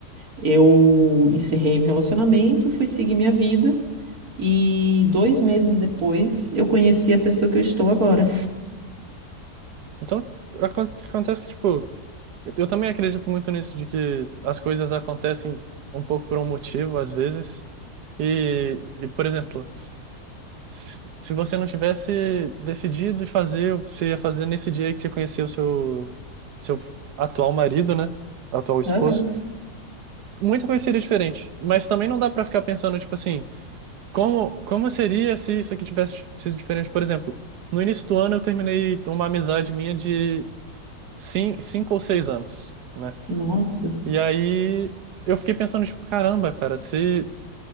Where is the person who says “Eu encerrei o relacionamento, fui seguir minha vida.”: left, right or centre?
Right